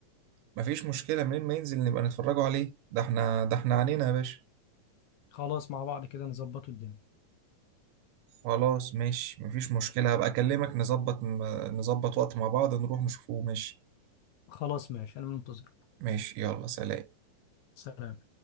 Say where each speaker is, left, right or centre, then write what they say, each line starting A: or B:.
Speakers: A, on the right; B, on the left.
A: مفيش مشكلة منين ما ينزل نبقى نتفرجوا عليه ده احنا ده احنا عنينا يا باشا
B: خلاص مع بعض كده نظبطوا الدنيا
A: خلاص ماشي مفيش مشكلة هبقى أكلمك نظبط نظبط وقت مع بعض نروح نشوفه ماشي
B: خلاص ماشي انا منتظرك
A: ماشي يلا سلام
B: سلام